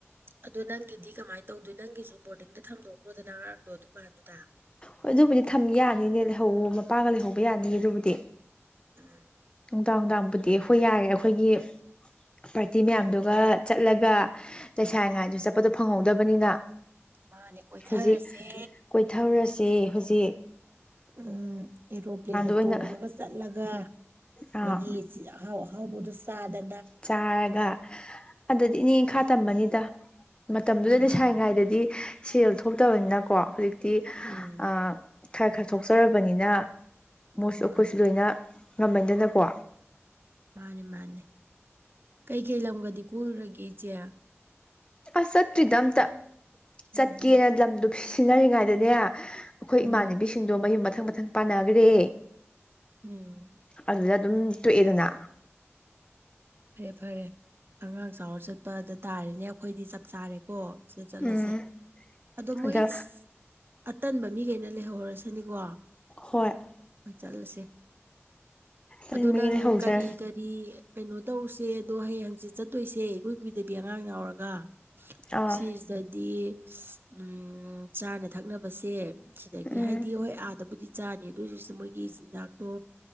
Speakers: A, on the right; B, on the left.
A: ꯑꯗꯣ ꯅꯪꯒꯤꯗꯤ ꯀꯃꯥꯏꯅ ꯇꯧꯗꯣꯏꯅꯣ ꯅꯪꯒꯤꯁꯨ ꯕꯣꯔꯗꯤꯡꯗ ꯊꯝꯗꯣꯛꯈ꯭ꯔꯣꯗꯅ ꯑꯉꯥꯡꯗꯣ ꯑꯗꯨꯀꯟꯗꯨꯗ
B: ꯍꯣꯏ ꯑꯗꯨꯕꯨꯗꯤ ꯊꯝ ꯌꯥꯅꯤꯅꯦ ꯂꯩꯍꯧ ꯃꯄꯥꯒ ꯂꯩꯍꯧꯕ ꯌꯥꯅꯤꯌꯦ ꯑꯗꯨꯕꯨꯗꯤ
A: <unintelligible>
B: ꯗꯥꯡ ꯗꯥꯡꯕꯨꯗꯤ ꯍꯣꯏ ꯌꯥꯔꯦ ꯑꯩꯈꯣꯏꯒꯤ ꯄꯥꯔꯇꯤ ꯃꯌꯥꯝꯗꯨꯒ ꯆꯠꯂꯒ ꯂꯩꯁꯥꯔꯤꯉꯥꯏꯗꯤ ꯆꯠꯄꯗꯣ ꯐꯪꯍꯧꯗꯕꯅꯤꯅ
A: ꯃꯥꯅꯦ ꯀꯣꯏꯊꯔꯁꯦ
B: ꯍꯧꯖꯤꯛ ꯀꯣꯏꯊꯧꯔꯁꯦ ꯍꯨꯖꯤꯛ
A: ꯎꯝ ꯑꯦꯔꯣꯄ꯭ꯂꯦꯟꯒ
B: ꯑꯣꯏꯅ
A: ꯇꯣꯡꯉꯒ ꯆꯠꯂꯒ
B: ꯑꯥ
A: ꯃꯣꯏꯒꯤ ꯖꯤ ꯂ ꯑꯍꯥꯎꯕꯗꯨ ꯆꯥꯗꯅ
B: ꯆꯥꯔꯒ ꯑꯗꯨꯗꯤ ꯏꯅꯤꯡ ꯏꯈꯥ ꯇꯝꯃꯅꯤꯗ ꯃꯇꯝꯗꯨꯗꯗꯤ
A: ꯃꯥꯅꯤ
B: ꯂꯩꯁꯥꯔꯤꯉꯩꯗꯗꯤ ꯁꯦꯜ ꯊꯣꯛꯇꯕꯅꯤꯅꯀꯣ ꯍꯨꯖꯤꯛꯇꯤ
A: ꯎꯝ
B: ꯑ ꯈꯔ ꯈꯔ ꯊꯣꯛꯆꯔꯕꯅꯤꯅ ꯃꯣꯏꯁꯨ
A: ꯃꯥꯅꯦ
B: ꯑꯩꯈꯣꯏꯁꯨ ꯂꯣꯏꯅ ꯉꯝꯃꯦꯗꯅꯀꯣ
A: ꯃꯥꯅꯦ ꯃꯥꯅꯦ ꯀꯩꯀꯩ ꯂꯝꯒꯗꯤ ꯀꯣꯏꯔꯨꯔꯒꯦ ꯏꯆꯦ
B: ꯑꯁ ꯆꯠꯇ꯭ꯔꯤꯗ ꯑꯝꯇ ꯆꯠꯀꯦꯅ
A: ꯎꯝ
B: ꯂꯝꯗꯣ ꯁꯤꯟꯅꯔꯤꯉꯥꯏꯗꯅꯦ ꯑꯩꯈꯣꯏ
A: ꯎꯝ
B: ꯏꯃꯥꯟꯅꯕꯤꯁꯤꯡꯗꯣ ꯃꯌꯨꯝ ꯃꯊꯪ ꯃꯊꯪ ꯄꯥꯟꯅꯒ꯭ꯔꯦ
A: ꯎꯝ
B: ꯑꯗꯨꯗ ꯑꯗꯨꯝ ꯇꯣꯛꯑꯦꯗꯅ
A: ꯐꯔꯦ ꯐꯔꯦ ꯑꯉꯥꯡ ꯆꯥꯎꯔ ꯆꯠꯄꯗ ꯇꯥꯔꯦꯅꯦ ꯑꯈꯣꯏꯗꯤ ꯆꯞ ꯆꯥꯔꯦꯀꯣ ꯁꯤꯗ ꯆꯠꯂꯁꯦ
B: ꯎꯝ
A: ꯑꯗꯣ ꯃꯣꯏꯁ
B: ꯑꯗ
A: ꯑꯇꯟꯕ ꯃꯤꯈꯩꯅ ꯂꯩꯍꯧꯔꯁꯤꯅꯤꯀꯣ ꯑꯩꯈꯣꯏ
B: ꯍꯣꯏ
A: ꯆꯠꯂꯁꯦ
B: ꯑꯗꯨꯃꯒꯤ
A: ꯑꯗꯨ ꯅꯪ
B: ꯂꯩꯍꯧꯖꯔꯦ
A: ꯀꯔꯤ ꯀꯔꯤ ꯀꯩꯅꯣ ꯇꯧꯁꯦ ꯑꯗꯣ ꯍꯌꯦꯡ ꯍꯪꯆꯤꯠ ꯆꯠꯇꯣꯏꯁꯦ ꯏꯀꯨꯏ ꯀꯨꯏꯗꯕꯤ ꯑꯉꯥꯡ ꯌꯥꯎꯔ ꯒ
B: ꯑꯥ
A: ꯁꯤꯁꯗꯗꯤ ꯎꯝ ꯆꯥꯅ ꯊꯛꯅꯕꯁꯦ ꯁꯤꯗꯒꯤ
B: ꯎꯝ
A: ꯍꯥꯏꯗꯤ ꯍꯣꯏ ꯑꯥꯗꯕꯨꯗꯤ ꯆꯥꯅꯤ ꯑꯗꯨꯑꯣꯏꯔꯁꯨ ꯃꯣꯏꯒꯤ ꯆꯤꯟꯖꯥꯛ ꯇꯣ